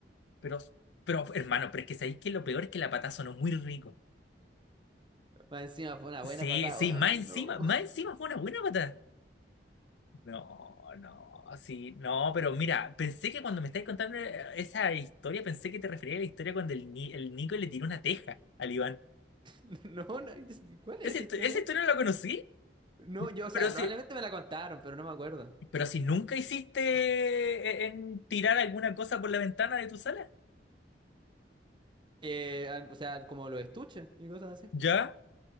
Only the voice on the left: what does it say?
Pero, pero hermano, pero es que sabéis que lo peor es que la patada sonó muy rico.
Sí,
sí,
más encima,
más encima fue una buena patada. No, no, sí, no, pero mira, pensé que cuando me estáis contando eh, esa historia, pensé que te referías a la historia cuando el, Ni- el Nico le tiró una teja al Iván.
Esa,
histo-
esa historia no la conocí,
pero sí,
Pero si nunca hiciste e- en tirar alguna cosa por la ventana de tu sala,
¿ya?